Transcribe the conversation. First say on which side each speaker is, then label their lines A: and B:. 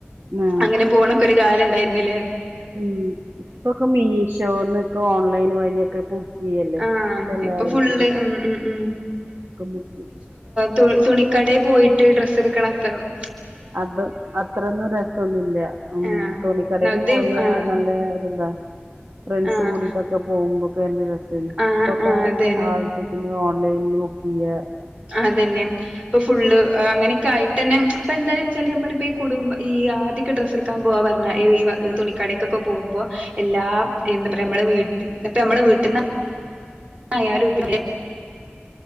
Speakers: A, on the right; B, on the right.
A: ആഹ്
B: അങ്ങനെ പോണൊക്കെ ഒരു കാലം ഇണ്ടായിരുന്നില്ലേ
A: ഉം ഇപ്പൊക്കെ മീഷോനൊക്കെ ഓൺലൈൻ വഴിയൊക്കെ ബു ക്ക് ചെയ്യല്ലേ
B: ആഹ്
A: ഇപ്പോ എല്ലാവരും
B: ഇപ്പൊ ഫുള്ള് ഉം ഉം ഉം
A: <unintelligible>
B: തു തുണിക്കടയിൽ പോയിട്ട് ഡ്രസ്സ് എടുക്കണെ <unintelligible>
A: അത് അത്രയൊന്നും രസവൊന്നുമില്ല ഉം
B: ആഹ്
A: തുണിക്കടയില്
B: നദ്യം
A: പോയാ
B: ആഹ്
A: നല്ലേ എന്താ ഫ്രണ്ട്സ്
B: ആഹ്
A: കൂടീട്ടൊക്കെ പോകുമ്പോ ഒക്കെ നല്ല രസവായിന്
B: ആഹ്
A: ഇപ്പൊക്കെ
B: ആഹ് അതന്നെ
A: ആ ഒക്കെ ഇനി ഓൺലൈനീന്ന് ബുക്ക് ചെയ്യുക
B: അത് തന്നെ ഇപ്പൊ ഫുള്ള് അങ്ങനെയൊക്കെ ആയിട്ട് തന്നെ അപ്പോൾ എന്താന്ന് വച്ചാല് നമ്മളിപ്പോൾ ഈ കുടും ഈ ആദ്യവൊക്ക ഡ്രസ് എടുക്കാൻ പോകുക പറഞ്ഞാ ഈ തുണിക്കടക്കൊക്കെ പോകുമ്പോ എല്ലാം എന്താ പറയാ നമ്മടെ വീ എന്നിട്ട് നമ്മടെ വീട്ടീന്ന് <unintelligible>